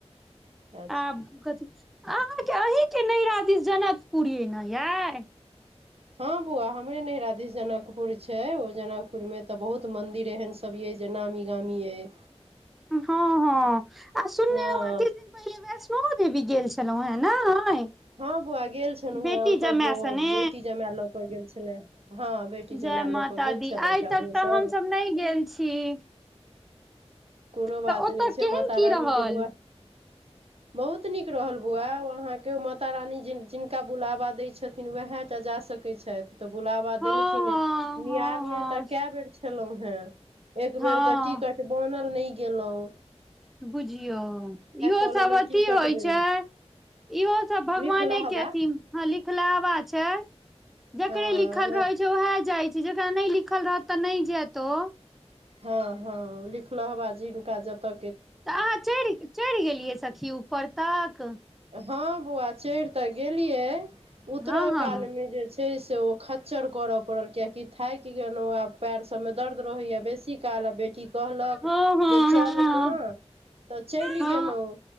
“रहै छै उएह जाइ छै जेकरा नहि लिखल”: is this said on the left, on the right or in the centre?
Centre